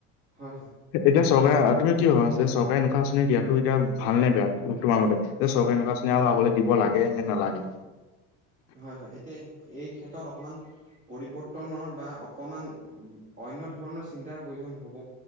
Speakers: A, on the right; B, on the left.
A: হয়, হয়।
B: এতিয়া চৰকাৰে তুমি কি ভবা যে চৰকাৰে নোকা আঁচনি দিয়াাতো এতি ভালে বেয়া তোমাৰ মতে যে চৰকাৰে না আঁচননি আৰু <unintelligible> চাবলে দিব লাগে নে নালাগে।
A: হয়, হয় এতিয়া এই ক্ষেত্ৰত অকমান। পৰিৱৰ্তনৰ বা অকমান অন্য ধৰণৰ চিন্তাৰ প্ৰয়োজন হ'ব।